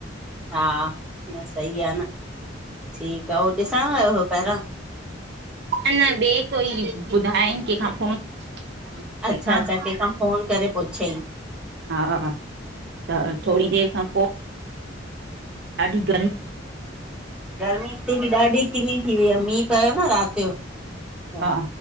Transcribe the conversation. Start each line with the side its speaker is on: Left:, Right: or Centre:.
Centre: हा न सही आहे न। ठीकु आहे उह ॾिसण वार हुयो पहिरयो
Right: न न ॿि कोई ॿुधायई कंहिंखा फोन ठीक
Centre: अच्छा
Right: आहे।
Centre: अच्छा कंहिंखां फ़ोन करे पुछयहि
Right: हा त थोड़ी देर खां पो। अयं ॾाढी गरमी।
Centre: गर्मी हिते बि ॾाढी किनी थी वई आहे मीअ पियो न राति ॼो।
Right: हा